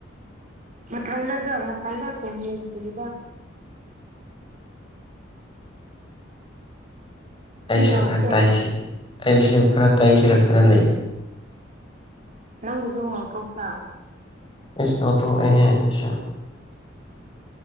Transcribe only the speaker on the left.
ꯑꯩꯁꯨ
ꯈꯔ ꯇꯩꯁꯤ ꯑꯩꯁꯨ ꯈꯔ ꯇꯩꯁꯤꯔ ꯈꯜꯂ ꯂꯩ
ꯏꯁ ꯉꯧꯊꯣꯛ ꯑꯦꯍꯦ ꯑꯩꯁꯨ